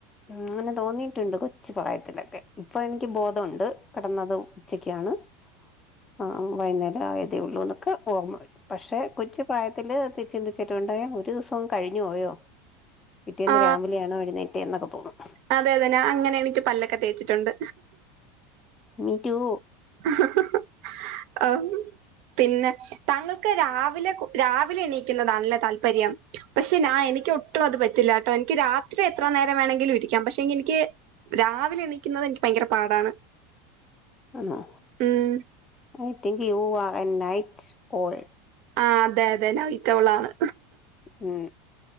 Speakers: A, on the left; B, on the right.
A: അങ്ങനെ തോന്നിയിട്ടുണ്ട് കൊച്ചുപ്രായത്തിലൊക്കെ ഇപ്പൊ എനിക്ക് ബോധുണ്ട് കിടന്നതും ഉച്ചക്കാണ് ആ വൈന്നേരം ആയത് ഉള്ളൂ എന്നൊക്കെ ഓർമ്മ വരും പക്ഷെ കൊചു പ്രായത്തില് ചിന്തിച്ചിട്ടുണ്ട് ഒരു ദിവസവും കഴിഞ്ഞു പോയോ പിറ്റേന്ന്
B: ആ
A: രാവിലെയാണോ എഴുനേറ്റ എന്നൊക്കെ തോന്നും
B: അതെ അതെ ഞാ അങ്ങനെ എണീട്ട് പല്ലൊക്കെ തേച്ചിട്ടുണ്ട്
A: മീ ടു
B: ഹ ഹ ഹ ആം പിന്നെ താങ്കൾക്ക് രാവിലെ രാവിലെ എണീക്കുന്നതാണല്ലേ താല്പര്യം പക്ഷെ ഞാ എനിക്ക് ഒട്ടും അത് പറ്റില്ല കേട്ടോ എനിക്ക് രാത്രി എത്ര നേരം വേണങ്കിലും ഇരിക്കാം പക്ഷെ എനിക്ക് രാവിലെ എണിക്കുന്നത് എനിക്ക് ഭയങ്കര പാടാണ്
A: ആണോ
B: ഉം
A: I think you are an night owl
B: ആ അതെ അതെ നൈറ്റോളാണ്
A: ഉം